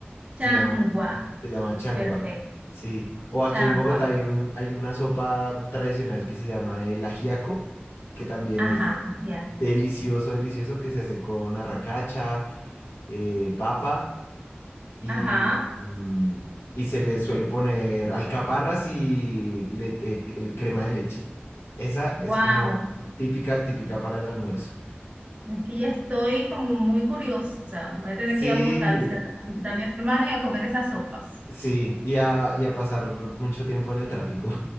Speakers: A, on the right; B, on the left.
A: Changua,
B: se llama, se llama changua,
A: perfecto.
B: sí. O aquí
A: Changua.
B: en Bogotá hay un, hay una sopa tradicional que se llama el ajiaco, que también
A: Ajá,
B: es
A: así es.
B: delicioso, delicioso, que se hace con arracacha, eh, papa y,
A: Ajá.
B: y, mm, y se le suele poner alcaparras y le- eh, el- crema de leche. Esa
A: Wow.
B: es como típica, típica para el almuerzo.
A: Es que ya estoy como muy curiosa. Voy a tener
B: Sí,
A: que ir a Bogotá a visitar, a visitar a mi hermana y a comer esas sopas.
B: sí, y a, y a pasar mucho tiempo en el tráfico.